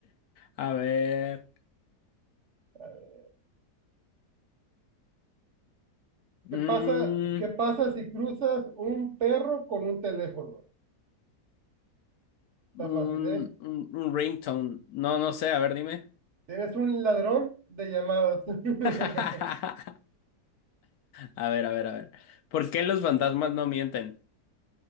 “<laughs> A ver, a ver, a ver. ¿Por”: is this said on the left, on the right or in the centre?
Left